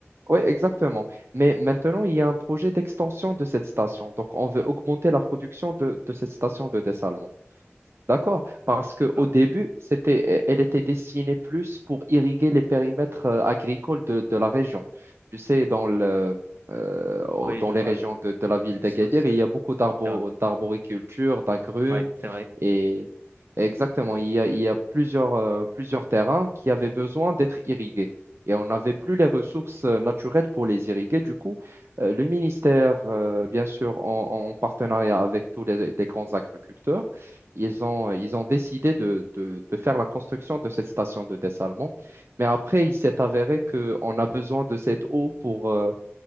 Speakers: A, on the right; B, on the right.
A: Oui, exactement. Mais
B: D'accord,
A: maintenant, il y a un projet d'extension de cette station. Donc, on veut augmenter la production de, de cette station de dessalement. D'accord,
B: Hmm,
A: parce qu'au
B: d'accord.
A: début, c'était, e-, elle était destinée plus pour irriguer les périmètres euh, agricoles de, de la région. Tu sais, dans le, euh, au-
B: Oui,
A: dans
B: je
A: les
B: vois,
A: régions
B: je vois.
A: de, de la ville
B: Sous,
A: d'Agadir,
B: c'est
A: il y a beaucoup d'arbo-
B: c'est vrai,
A: d'arboriculture,
B: oui.
A: d'agrumes,
B: Ouais, c'est vrai.
A: et exactement, il y a, il y a plusieurs, euh, plusieurs terrains qui avaient besoin d'être irrigués. Et on n'avait plus les ressources euh, naturelles pour les irriguer. Du coup, euh, le ministère, euh, bien sûr, en, en partenariat avec tous les les grands agriculteurs, ils ont, ils ont décidé de, de- de faire la construction de cette station de dessalement. Mais après, il s'est avéré qu'on a besoin de cette eau pour, euh,